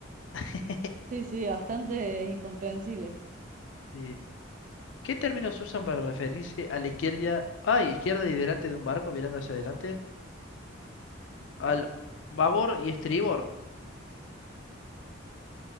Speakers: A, on the left; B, on the right.
A: <laughs>
B: Sí, sí, bastante incomprensibles.
A: Sí, ¿Qué términos usan para referirse a la izquierda, ay, izquierda y delante de un barco mirando hacia adelante? Al babor y estribor.